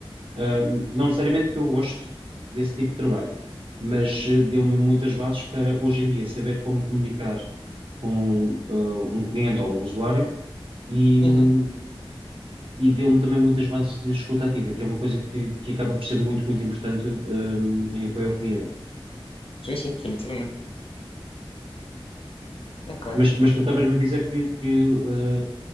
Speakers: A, on the right; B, on the left.
A: Ah, não necessariamente que eu goste desse tipo de trabalho, mas eh, deu-me muitas bases para hoje em dia saber como comunicar com ah, um cliente ou um usuário e,
B: Uhum.
A: hum, e deu-me também muitas bases de escuta ativa, que é uma coisa que, que acaba por ser muito, muito importante, hum, em apoio ao cliente
B: Sim, sim, definitivamente. Ok.
A: Mas, mas tu
B: Ok.
A: estavas-me a dizer que, que, eh,